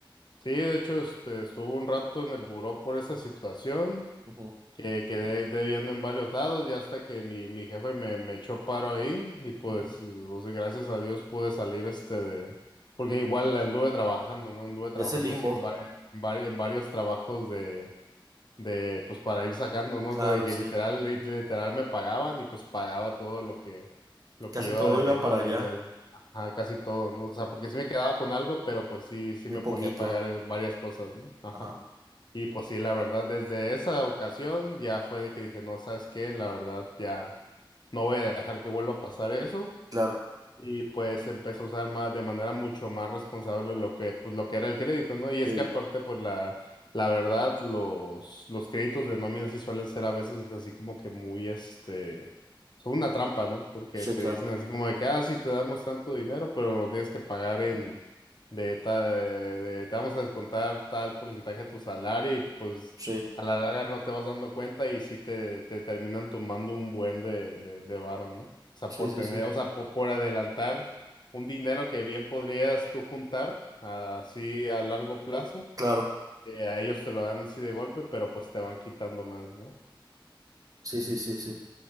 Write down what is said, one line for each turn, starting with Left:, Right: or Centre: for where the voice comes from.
Left: sí, de hecho este, estuve un rato en el buró por esa situación
Right: Ujú.
Left: que quedé debiendo en varios lados, ya hasta que mi, mi jefe me, me echó paro ahí y pues,
Right: <laughs>
Left: pues, gracias a Dios pude salir este de, porque igual anduve trabajando, ¿no? Anduve trabajando
Right: De ese limbo.
Left: así en, vari- vari- en varios trabajos de, de, pues para ir sacando, ¿no?
Right: Claro,
Left: O sea, de que
Right: sí.
Left: literal, li- literal me pagaban y pues pagaba todo lo que, lo
Right: Casi
Left: que iba
Right: todo
Left: debiendo
Right: iba para allá.
Left: desde, ajá, casi todo, ¿no? O sea, porque sí me quedaba con algo, pero pues sí, sí
Right: Muy
Left: me
Right: poquito.
Left: ponía a pagar eh, varias cosas, ¿no? Ajá.
Right: Ajá.
Left: Y pues sí, la verdad, desde esa ocasión ya fue de que dije, no, ¿sabes qué? La verdad, ya no voy a dejar que vuelva a pasar eso.
Right: Claro.
Left: Y pues empecé a usar más, de manera mucho más responsable lo que, pues, lo que era el crédito, ¿no? Y es
Right: Sí.
Left: que aparte, pues la, la verdad, los, los créditos de nómina sí suelen ser a veces así como que muy, este, son una trampa, ¿no? Porque
Right: Sí,
Left: te
Right: claro.
Left: dicen así como de que, ah, sí, te damos tanto dinero, pero lo tienes que pagar en de, ta- de- te vamos a descontar tal porcentaje de tu salario y pues
Right: Sí.
Left: a la larga no te vas dando cuenta y sí te, te terminan tomando un buen de, de, de varo, ¿no? O sea,
Right: Sí,
Left: por
Right: sí,
Left: tener,
Right: sí.
Left: o sea, por, por adelantar un dinero que bien podrías tú juntar así a largo plazo,
Right: Claro.
Left: eh, a ellos te lo dan así de golpe, pero pues te van quitando más, ¿no?
Right: Sí, sí, sí, sí.